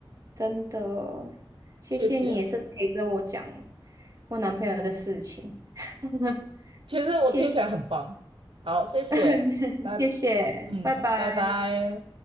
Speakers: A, on the right (about 40°); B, on the right (about 75°).
A: 真的，谢谢你也是陪着我讲
B: 谢谢。
A: 我男朋友的事情，<laughs>
B: 其实我听起来很棒。
A: 谢谢，
B: 好，谢谢，
A: <laughs>
B: 拜，
A: 谢谢，
B: 嗯，
A: 拜拜。
B: 拜拜。